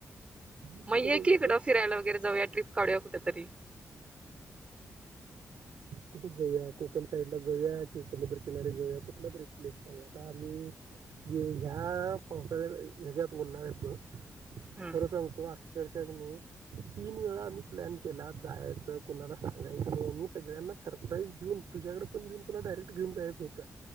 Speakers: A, on the right; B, on the right.
A: काही दिवसाला
B: म ये की
A: म्हणलं,
B: इकडं फिरायला वगैरे जाऊया ट्रीप काढूया कुठंतरी
A: कुठं जाऊया कोकण साईड ला जाऊया, कि समुद्र किनारी जाऊया, कुठला तरी एक प्लेस सांग. आता आम्ही ह्या पावसाळ्यात हेच्यात उन्हाळ्यात ना
B: हम्म
A: खरं सांगतो आ अक्षरशः कणें तीन वेळा आम्ही प्लॅन केला जायचं कुणाला सांगायच तु मी सगळ्यांना सप्राईज दिऊन तुझ्याकडं पण येऊन तुला डायरेक्ट घिऊन जायच होत.